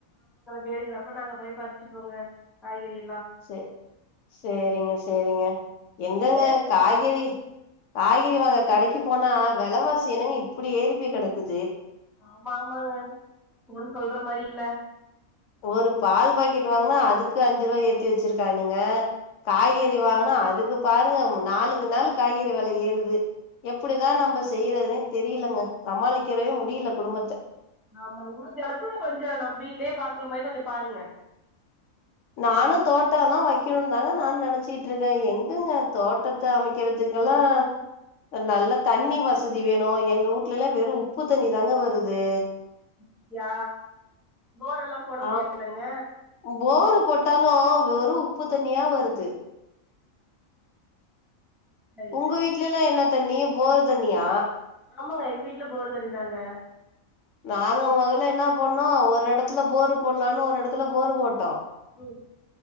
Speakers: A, in the centre; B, on the left (about 70°).
A: வேணுங்குற அப்ப நாங்க போய் பறிச்சுப்போங்க காய்கறிய
B: ச சேரிங்க சேரிங்க எங்கங்க
A: நீங்க
B: காய்கறி காய்கறி வாங்க கடைக்கு போனா விலைவாசி இனங்க இப்படி ஏரிப்பி கிடக்கு
A: ஆமா ஆமாங்க ஒன்னு சொல்ற மாரி இல்ல.
B: ஒரு பால் பாக்கெட் வாங்கனா அதுக்கு அஞ்சு ரூபாய் ஏத்தி வச்சிருக்கான்னுங்க. காய்கறி வாங்கனா அதுக்கு பாருங்க நாளுக்கு நாள் காய்கறி வில ஏறுது எப்படிதான் நம்ம செய்யறதுனே தெரியலங்க. சமாளிக்கிறவே முடியல குடும்பத்த
A: ஆமா முடிஞ்ச அளவுக்கு கொஞ்சம் நம்ம வீட்லயே பாக்குற மாதிரி கொஞ்சம் பாருங்க.
B: ஆனும் தோட் ட் ல்லாம் வைக்கணும்னு தாங்க நினச்ச ச்சட்டு இருக்கேன். எங்கங்க தோட்டத்தை அமைக்கிறதுக்கெல்லாம் நல்ல தண்ணி வசதி வேணும் எங்க வீட்ல எல்லாம் வெறும் உப்பு தண்ணி தாங்க வருது.
A: அப்பியா போரெல்லாம் போட
B: ஆ
A: முடியாதுலங்க.
B: போரு போட்டாலும் வெறும் உப்பு தண்ணியா வருது.
A: சரி
B: உங்க
A: சரி
B: வீட்லல்லாம் என்ன தண்ணி போர் தனியா
A: ஆமாங்க எங்க வீட் வீட்டுல போர் தெரிந்தாங்க.
B: நாங்க முதல்ல என்னப் போண்ணம் ஒரு இடத்துல போரு போடலான்னு ஒரு இடத்துல போரு போட்டோம்.
A: போஓ